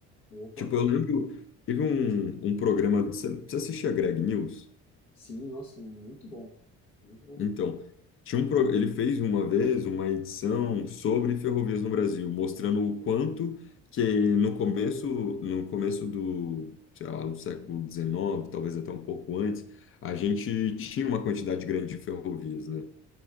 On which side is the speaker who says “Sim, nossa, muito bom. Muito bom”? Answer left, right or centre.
Left